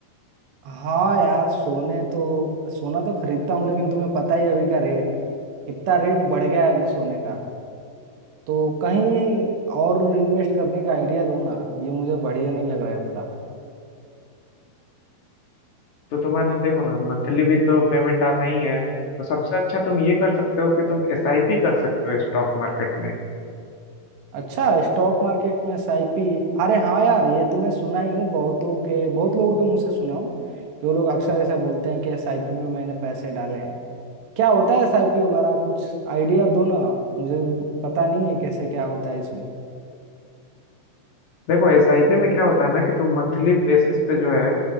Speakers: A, on the right (about 80°); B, on the left (about 55°).
A: हाँ यार सोने तो सोना तो खरीदता हूँ लेकिन तुम्हें पता ही है अभी का रेट कितना रेट बढ़ गया है अभी सोने का तो कहीं और इन्वेस्ट करने का आइडिया दो ना ये मुझे बढ़िया नहीं लग रहा है उतना
B: तो तुम्हारा देखो ना मंथली भी तो पेमेंट आता ही है तो सबसे अच्छा तुम ये कर सकते हो कि तुम एसआईपी कर सकते हो स्टॉक मार्केट में
A: अच्छा स्टॉक मार्केट में साइपी अरे हाँ यार ये तो मैं सुना ही हूँ बहुतों के बहुत लोगों के मुंह से सुना हूँ कि वो लोग अक्सर ऐसा बोलते हैं कि एसआईपी में मैंने पैसे डाले हैं क्या होता है एसआईपी वगैरह कुछ आइडिया दो ना मुझे पता नहीं है कैसे क्या होता है इसमें
B: देखो एसआईपी में क्या होता है ना कि तुम मंथली बेसिस पे जो है